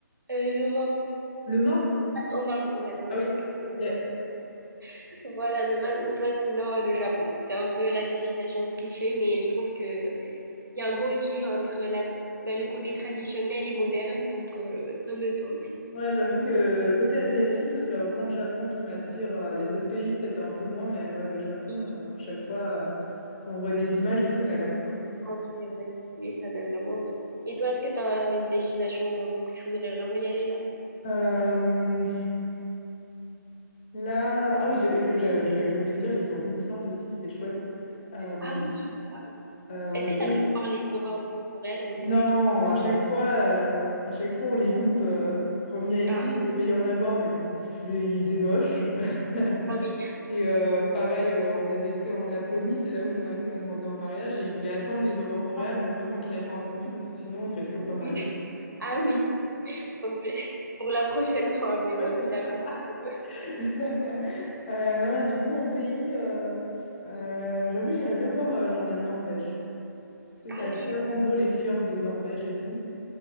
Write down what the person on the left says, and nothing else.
Le Mans?
Ah oui, ok. Ouais,
ouais, j'avoue que côté asiatique, ce serait vraiment le Japon qui m'attire. euh, Les autres pays, peut-être un peu moins, mais ouais, le Japon,
euh, à chaque fois, euh, quand on voit des images et tout, ça a l'air cool.
Euh, là, ah oui, j'ai j'ai- j'ai- j'ai oublié de dire, j'ai été en Islande aussi, c'était chouette. Euh,
euh,
en
pays
Non,
à chaque fois, euh, à chaque fois on les loupe. euh, quand on y a été,
il devait y en avoir, mais pff, il faisait moche. <laughs>
Et euh, pareil, euh, on avait été en Laponie, c'est là où mon mari m'a demandé en mariage et il voulait attendre les aurores
boréales, mais heureusement qu'il n'a pas entendu parce que sinon on serait toujours pas mariés.
<laughs>
Ouais, c'est
ça.
<laughs> Euh, non, et du coup, en pays, euh, euh,
j'avoue, j'irais bien voir euh, genre la Norvège parce que
ça a l'air
tellement beau les fjords de Norvège et tout.